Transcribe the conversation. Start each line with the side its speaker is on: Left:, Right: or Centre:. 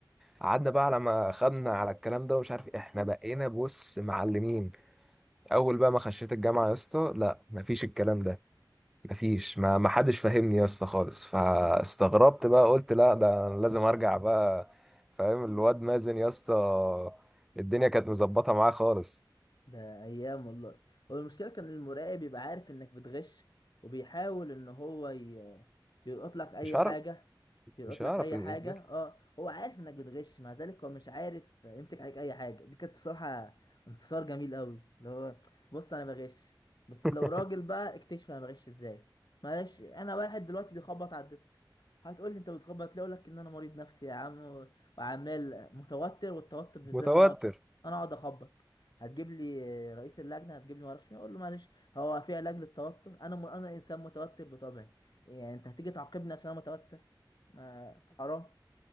Centre: قعدنا بقى على ما خدنا على الكلام ده ومش عارف إيه. احنا بقينا بص معلمين اول بقى ما خشيت الجامعه يا اسطى لا مفيش الكلام ده مفيش ما ما حدش فاهمني يا اسطى خالص فاستغربت بقى قلت لا ده أنا لازم ارجع بقى فاهم الواد مازن يا اسطى الدنيا كانت مظبطه معاه خالص
Left: ده ايام والله هو المشكله كان المراقب يبقى عارف انك بتغش وبيحاول ان هو ي... يلقط لك اي
Centre: مش عارف
Left: حاجه يلقط
Centre: مش عارف
Left: لك اي
Centre: يثبت
Left: حاجه اه هو عارف انك بتغش مع ذلك هو مش عارف يمسك عليك اي حاجه دي كانت بصراحه انتصار جميل قوي اللي هو بص انا بغش بس
Centre: لي.
Left: لو راجل
Centre: <laughs>
Left: بقى اكتشف انا بغش ازاي معلش انا واحد دلوقتي بيخبط على الديسك هتقول لي انت بتخبط ليه اقول لك ان انا مريض نفسي يا عم و- وعمال متوتر والتوتر بالنسبه
Centre: متوتر
Left: لي ان انا اقعد انا اقعد اخبط هتجيب لي رئيس اللجنه هتجيب لي ما اعرفش مين، اقول له معلش هو في علاج للتوتر انا م... انا انسان متوتر بطبعي يعني انت هتيجي تعاقبني عشان انا متوتر ما حرام